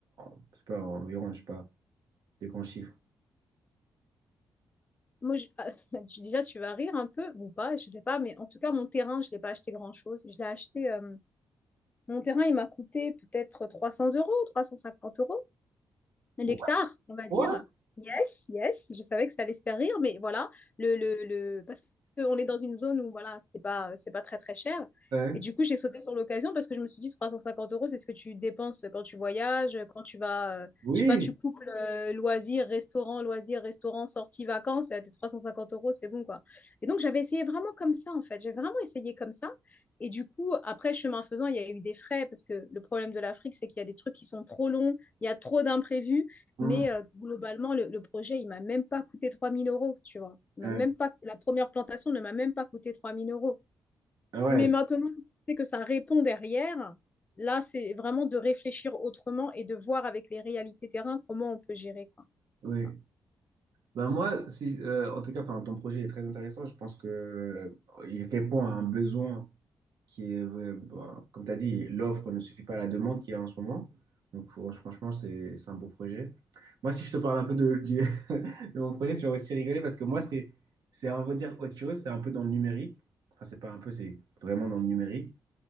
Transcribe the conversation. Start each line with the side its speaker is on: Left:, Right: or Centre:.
Right: en- je sais pas, environ, je sais pas, les grands chiffres?
Left: Moi, je- <laughs> tu- déjà, tu vas rire un peu, ou pas, je sais pas, mais en tout cas, mon terrain, je l'ai pas acheté grand-chose. Je l'ai acheté, euh, mon terrain, il m'a coûté peut-être 300 euros, 350 euros. nectar,
Right: Ouais.
Left: on va
Right: Quoi?
Left: dire. Yes, yes, je savais que ça allait se faire rire, mais voilà, le, le, le... parce qu'on est dans une zone où voilà, c'était pas, c'est pas très très cher.
Right: Ouais.
Left: Et du coup, j'ai sauté sur l'occasion parce que je me suis dit 350 euros, c'est ce que tu dépenses quand tu voyages, quand tu vas, euh,
Right: Oui.
Left: je sais pas, tu couples euh, loisirs, restaurant, loisirs, restaurant, sortie, vacances, et à tes 350 euros, c'est bon quoi. Et donc, j'avais essayé vraiment comme ça en fait, j'ai vraiment essayé comme ça. Et du coup, après, chemin faisant, il y a eu des frais parce que le problème de l'Afrique, c'est qu'il y a des trucs qui sont trop longs, il y a trop d'imprévus.
Right: Mhm.
Left: Mais euh, globalement, le, le projet, il m'a même pas coûté 3000 euros, tu vois. Il
Right: Ouais.
Left: m'a même pas, la première plantation ne m'a même pas coûté 3000 euros.
Right: Ah Ouais.
Left: Mais maintenant, c'est que ça répond derrière. Là, c'est vraiment de réfléchir autrement et de voir avec les réalités terrain comment on peut gérer, quoi.
Right: Oui.
Left: C'est ça.
Right: Ben moi, si, euh, en tout cas, enfin, ton projet est très intéressant. Je pense que euh, il répond à un besoin qui est, euh, bon, comme tu as dit, l'offre ne suffit pas à la demande qu'il y a en ce moment. Donc, fran- franchement, c'est c'est un beau projet. Moi, si je te parle un peu de, du- <laughs> de mon projet, tu vas aussi rigoler parce que moi, c'est, c'est, on va dire autre chose. C'est un peu dans le numérique. Enfin, c'est pas un peu, c'est vraiment dans le numérique.